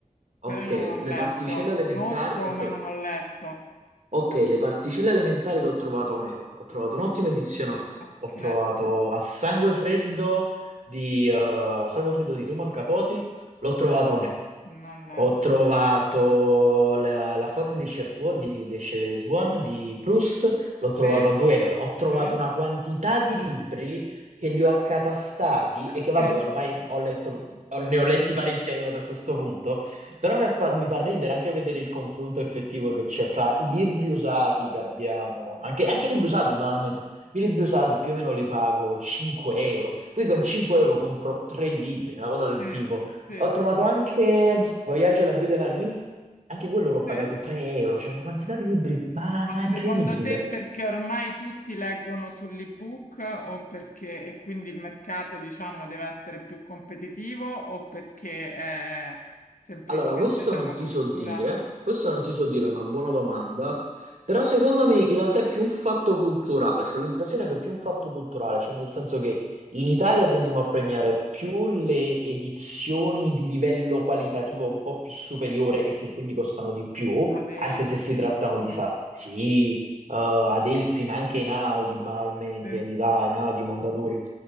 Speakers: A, on the right; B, on the left.
A: Ok,
B: però non l'ho
A: le
B: letto.
A: particelle elementari.
B: Conosco,
A: Ok.
B: ma non l'ho letto.
A: Ok, le particelle elementari l'ho trovato a un euro, ho trovato un'ottima edizione a un euro,
B: Ok,
A: ho trovato a sangue freddo di, eh, a sangue freddo di Truman Capote, l'ho trovato a un euro.
B: non l'ho.
A: Ho trovato la, la cotta di Chef's di, di Chez Swan di Proust, l'ho trovato
B: Sì,
A: a 2 euro. Ho trovato
B: sì,
A: una quantità di libri che li ho accatastati e
B: sì,
A: che vabbè, ormai ho letto, ho- ne ho letti parecchi arrivato a questo punto, però mi fa, mi fa ridere anche vedere il confronto effettivo che c'è fra i libri usati che abbiamo, anche, anche i libri usati banalmente, i libri usati più o meno li pago 5 euro, qui con 5 euro compro tre libri, una cosa del
B: sì,
A: tipo.
B: sì,
A: Ho trovato anche Voyage à la Vue de la Nuit, anche quello l'ho pagato
B: sì.
A: 3 euro, c'è una quantità di libri, ma,
B: Ma
A: ma incredibile.
B: Secondo te perché ormai tutti leggono sull'ebook o perché e quindi il mercato, diciamo, deve essere più competitivo o perché eh, semplicemente
A: Allora, questo
B: c'è
A: non
B: una
A: ti
B: cultura
A: so dire, questo non ti so dire, è una buona domanda, però secondo me in realtà è più un fatto culturale, ho l'impressione che è più un fatto culturale, cioè nel senso che in Italia tendiamo a premiare più le edizioni di livello qualitativo un po' più superiore e che quindi costano di più,
B: adelti?
A: anche se si trattano di,
B: Sì,
A: sa, sì, eh, Adelphi, ma anche Einaudi, Balmain, intendi,
B: sì,
A: dai, Einaudi, Mondadori.